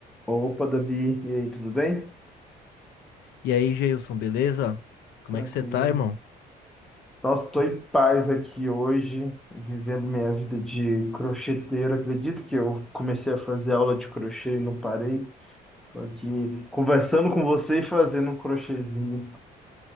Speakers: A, in the centre; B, on the left (about 75°).
A: Opa, Davi, e aí, tudo bem?
B: E aí, Geilson, beleza? Como
A: Tranquilo.
B: é que você tá, irmão?
A: Nossa, estou em paz aqui hoje, vivendo minha vida de crocheteiro. Acredito que eu comecei a fazer aula de crochê e não parei. Estou aqui conversando com você e fazendo um crochêzinho.